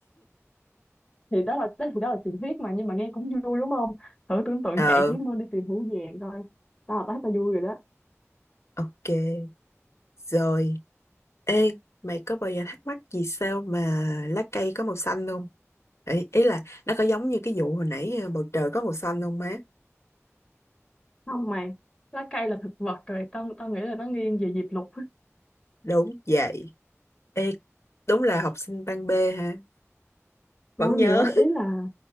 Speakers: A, on the left; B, on the left.
A: thì đó là đó, thì đó là truyền thuyết mà nhưng mà nghe cũng vui đúng không thử tưởng tượng
B: ờ
A: chạy dưới mưa đi tìm hũ vàng coi tao là tao thấy tao vui rồi đó
B: ok Rồi, ê, mày có bao giờ thắc mắc vì sao mà lá cây có màu xanh không? Ý, ý là nó có giống như cái vụ hồi nãy ờ, bầu trời có màu xanh không má?
A: không mày lá cây là thực vật rồi tao tao nghĩ là nó nghiêng về diệp lục á.
B: Đúng vậy. Ê, đúng là học sinh ban B hả? Vẫn
A: Thôi
B: nhớ,
A: mày ơi ý là